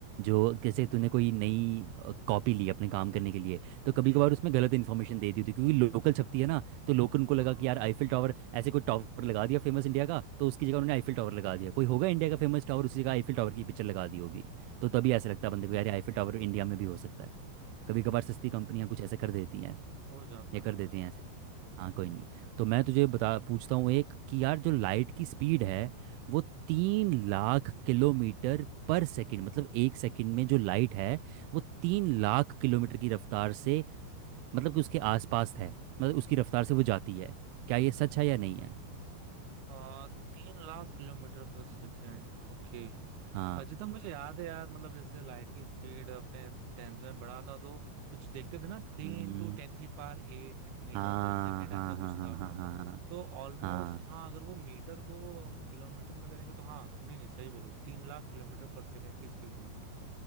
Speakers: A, on the right (about 85°); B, on the right (about 70°).
A: जो जैसे तूने कोई नई अ, कॉपी ली अपने काम करने के लिए तो कभी
B: हम्म
A: कभार उसमें गलत इन्फॉर्मेशन दे दी होती है, क्योंकि लोकल छपती है ना तो लोकल को लगा
B: हाँ
A: कि यार आईफिल टावर ऐसे कोई टावर लगा दिया फेमस इंडिया का तो उसकी जगह उन्होंने आईफिल टावर लगा दिया कोई होगा इंडिया का फेमस टावर उसकी जगह आईफिल टावर की पिक्चर लगा दी होगी तो तभी
B: हम्म
A: ऐसा लगता है बंदे को यार आईफिल टावर इंडिया में भी हो सकता है कभी कभार
B: हम्म
A: सस्ती कंपनियां कुछ ऐसे कर देती हैं
B: हो जाता
A: या
B: है
A: कर
B: हो
A: देती
B: जाता
A: हैं ऐसे हाँ कोई
B: है हम्म
A: नहीं तो मैं तुझे बता पूछता हूँ एक कि यार जो लाइट की स्पीड है वो तीन लाख किलोमीटर पर सेकंड मतलब एक सेकंड में जो लाइट है वो तीन लाख किलोमीटर की रफ्तार से मतलब कि उसके आसपास है मतलब उसकी रफ्तार से वो जाती है क्या ये सच है या नहीं है
B: आ, तीन लाख किलोमीटर पर सेकेंड ओके
A: हाँ
B: अजितम मुझे याद है यार मतलब जैसे लाइट की स्पीड अपने टेंथ में बढ़ा था तो कुछ देखते थे ना थ्री
A: हम्म,
B: इंटू टेन की पावर एट मीटर
A: हाँ
B: पर सेकेंड
A: हाँ
B: ऐसा
A: हाँ
B: कुछ
A: हाँ
B: था
A: हाँ हाँ हाँ
B: तो ऑलमोस्ट
A: हाँ,
B: हाँ अगर वो मीटर को हम किलोमीटर में करेंगे तो हाँ नहीं नहीं सही बोलो तीन लाख किलोमीटर पर सेकेंड की स्पीड रहेगी